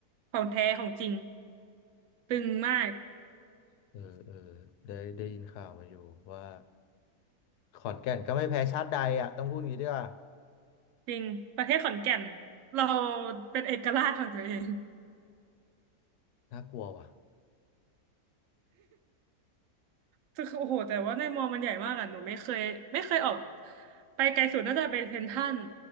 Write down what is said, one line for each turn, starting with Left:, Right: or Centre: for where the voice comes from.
Right: ของแท้ของจริงตึงมาก
Left: เออเออได้ได้ยินข่าวมาอยู่ว่าขอนแก่นก็ไม่แพ้ชาติใดอ่ะต้องพูดงี้ด้วยว่า
Right: จริงประเทศขอนแก่นเราเป็นเอกราชของตัวเอง
Left: น่ากลัวว่ะ
Right: คือโอ้โหแต่ว่าในมอมันใหญ่มากอ่ะหนูไม่เคยไม่เคยออกไปไกลสุดน่าจะไปเซ็นทรัล